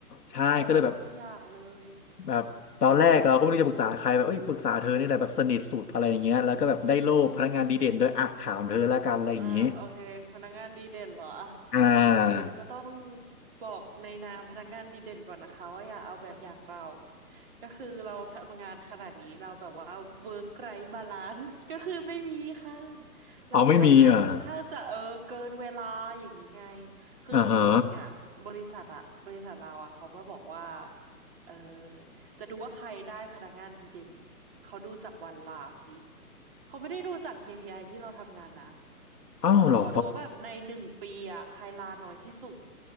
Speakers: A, on the left; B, on the right.
A: ใช่ก็เลยแบบ
B: อย่าเอาเราเป็นตัวอย่างเลย
A: แบบตอนแรกเราก็ไม่รู้จะปรึกษาใครแบบเอ้ยปรึกษาเธอนี่แหละแบบสนิทสุดอะไรอย่างเงี้ยแล้วก็แบบได้โล่พนักงานดีเด่นด้วยอ่ะถามเธอละกันอะไรอย่างเงี้ย
B: <laughs> อืม อ่าโอเคพนักงานดีเด่นเหรออ่ะ
A: อ่า
B: ก่อนอื่นก็ต้องบอกในนามพนักงานดีเด่นก่อนนะคะว่าอย่าเอาแบบอย่างเรา ก็คือเราทำงานขนาดนี้เราแบบว่า work life balance ก็คือไม่มีค่ะเราก็ทำงานค่อนข้างจะเออเกินเวลาอย่างนี้ไง
A: เอาไม่มีเออ
B: คือเอาจริงๆอ่ะบริษัทอ่ะบริษัทเราอ่ะเขามาบอกว่า
A: อ่าฮะ
B: เออจะดูว่าใครได้พนักงานดีเด่นเขาดูจากวันลาสิ เขาไม่ได้ดูจาก KPI ที่เราทำงานนะ
A: อ้าวเหรอ
B: เออเขาดูว่าแบบในหนึ่งปีอ่ะใครลาน้อยที่สุด